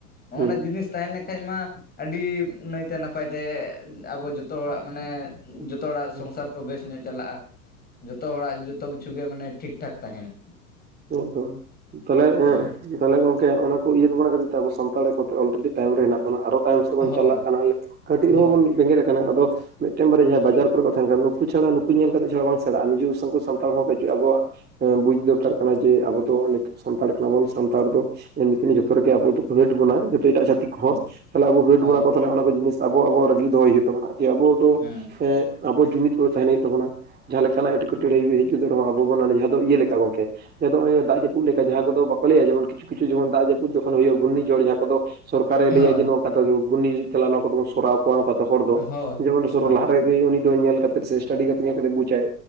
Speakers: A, on the left; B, on the right.
A: ᱱᱚᱜᱼᱚ
B: ᱦᱩᱸ
A: ᱱᱚᱣᱟ ᱡᱤᱱᱤᱥ ᱛᱟᱦᱮᱸ ᱞᱮᱠᱷᱟᱡ ᱢᱟ ᱟᱹᱰᱤ ᱱᱟᱭᱛᱮ ᱱᱟᱯᱟᱭᱛᱮ ᱟᱵᱚ ᱡᱚᱛᱚ ᱦᱚᱲᱟᱜ ᱢᱟᱱᱮ ᱡᱚᱛᱚ ᱦᱚᱲᱟᱜ
B: ᱦᱩᱸ
A: ᱥᱚᱝᱥᱟᱨ ᱠᱚ ᱵᱮᱥ ᱧᱚᱜ ᱪᱟᱞᱟᱜᱼᱟ ᱡᱚᱛᱚ ᱦᱚᱲᱟᱜ ᱡᱚᱛᱚ ᱠᱤᱪᱷᱩ ᱜᱮ ᱢᱟᱱᱮ ᱴᱷᱤᱠ ᱴᱷᱟᱠ ᱛᱟᱦᱮᱱᱟ
B: ᱱᱤᱛ ᱫᱚ ᱛᱟᱦᱞᱮ,
A: ᱦᱮᱸ
B: ᱛᱟᱦᱞᱮ ᱜᱚᱝᱠᱮ ᱚᱱᱟ ᱠᱚ ᱩᱭᱦᱟᱹᱨ ᱵᱷᱟᱵᱽᱱᱟ ᱠᱷᱟᱹᱛᱤᱨ ᱛᱮ ᱟᱵᱚ ᱥᱟᱱᱛᱟᱲ ᱜᱮᱠᱚ ᱚᱞᱨᱮᱰᱤ ᱛᱟᱭᱚᱢ ᱨᱮ ᱦᱮᱱᱟᱜ ᱵᱚᱱᱟ ᱟᱨᱚ ᱛᱟᱭᱚᱢ ᱥᱮᱫ ᱵᱚᱱ
A: ᱦᱳᱭ
B: ᱪᱟᱞᱟᱜ ᱠᱟᱱᱟ ᱠᱟᱹᱴᱤᱡ
A: ᱦᱳᱭ
B: ᱨᱮᱦᱚᱸ ᱵᱚᱱ ᱵᱮᱸᱜᱮᱫ ᱟᱠᱟᱱᱟ ᱟᱫᱚ ᱢᱤᱫᱴᱟᱝ ᱵᱟᱨᱭᱟ ᱡᱟᱦᱟᱸᱭ ᱵᱟᱡᱟᱨ ᱠᱚᱨᱮ ᱠᱚ ᱛᱟᱦᱮᱱ ᱠᱟᱱᱟ ᱱᱩᱠᱩ ᱪᱷᱟᱲᱟ ᱱᱩᱠᱩ ᱧᱮᱞ ᱠᱟᱛᱮᱫ ᱪᱷᱟᱲᱟ ᱵᱟᱝ ᱥᱮᱲᱟᱜᱼᱟ ᱱᱤᱡᱮᱥᱥᱚ ᱥᱟᱱᱛᱟᱲ ᱦᱚᱸ ᱯᱟᱪᱮᱫ ᱟᱵᱚᱣᱟᱜ ᱦᱮᱸ ᱵᱩᱡ ᱫᱚᱨᱠᱟᱨ ᱠᱟᱱᱟ ᱡᱮ ᱟᱵᱚ ᱫᱚ ᱱᱤᱛᱚᱜ ᱥᱟᱱᱛᱟᱲ ᱠᱟᱱᱟᱵᱚᱱ ᱥᱟᱱᱛᱟᱲ ᱫᱚ ᱮᱢᱱᱤᱛᱮ ᱡᱚᱛᱚ ᱨᱮᱜᱮ ᱟᱵᱚ ᱫᱚᱠᱚ ᱦᱮᱰ ᱵᱚᱱᱟ ᱡᱚᱛᱚ ᱮᱴᱟᱜ ᱡᱟᱹᱛᱤ ᱛᱟᱦᱚᱞᱮ
A: ᱦᱳᱭ
B: ᱟᱵᱚ ᱦᱮᱴ
A: ᱦᱳᱭ
B: ᱵᱚᱱᱟ ᱠᱚ ᱛᱟᱦᱚᱞᱮ ᱚᱱᱟ ᱠᱚ ᱡᱤᱱᱤᱥ ᱟᱵᱚ ᱟᱵᱚᱣᱟᱜ ᱨᱟᱹᱜᱤ ᱫᱚᱦᱚᱭ ᱦᱩᱭᱩᱜ ᱛᱟᱵᱱᱟ ᱡᱮ ᱟᱵᱚ ᱫᱚ
A: ᱦᱮᱸ
B: ᱟᱵᱚ ᱡᱩᱢᱤᱫ ᱠᱚᱜᱱᱛᱟᱦᱮᱱ ᱦᱩᱭᱩᱜ ᱛᱟᱵᱚᱱᱟ ᱡᱟᱦᱟᱸ ᱞᱮᱠᱟᱱᱟᱜ ᱮᱴᱠᱮᱴᱚᱬᱮ ᱦᱮᱡ ᱜᱚᱫᱚᱜ ᱨᱮᱦᱚᱸ ᱟᱵᱚ ᱵᱚᱱ ᱡᱟᱦᱟᱸ ᱫᱚ ᱤᱭᱟᱹ ᱞᱮᱠᱟ ᱜᱚᱝᱠᱮ ᱪᱮᱫᱚᱜ ᱦᱳᱭᱳᱜ-ᱟ ᱫᱟᱜ ᱡᱟᱹᱯᱩᱫ ᱞᱮᱠᱟ ᱡᱟᱦᱟᱸ ᱠᱚᱫᱚ ᱵᱟᱠᱚ ᱞᱟᱹᱭᱟ ᱡᱮᱢᱚᱱ ᱠᱤᱪᱷᱩ ᱠᱤᱪᱷᱩ ᱡᱮᱢᱚᱱ ᱫᱟᱜ ᱡᱟᱹᱯᱩᱫ ᱡᱚᱠᱷᱚᱱ ᱦᱩᱭᱩᱜ-ᱟ ᱜᱷᱩᱨᱱᱤ ᱡᱷᱚᱲ ᱡᱟᱦᱟᱸ ᱠᱚᱫᱚ ᱥᱚᱨᱠᱟᱨᱮ ᱞᱟᱹᱭᱟ
A: ᱦᱳᱭ
B: ᱡᱮ ᱱᱚᱝᱠᱟᱛᱮ ᱜᱷᱩᱨᱱᱤ ᱡᱷᱚᱲ ᱪᱟᱞᱟᱜ-ᱟ ᱱᱚᱝᱠᱟᱛᱮᱵᱚᱱ ᱥᱚᱨᱟᱣ ᱠᱚᱣᱟ ᱱᱚᱝᱠᱟ ᱛᱮ ᱦᱚᱲ ᱫᱚ
A: ᱦᱳᱭ
B: ᱡᱮᱢᱚᱱ
A: ᱦᱳᱭ
B: ᱥᱚᱨᱟᱣ ᱞᱟᱦᱟᱨᱮ ᱩᱱᱤ ᱫᱚ ᱧᱮᱞ ᱠᱟᱛᱮᱫ ᱥᱮ ᱥᱴᱟᱰᱤ ᱠᱟᱛᱮ ᱧᱮᱞ ᱠᱟᱛᱮ ᱵᱩᱡᱟᱭ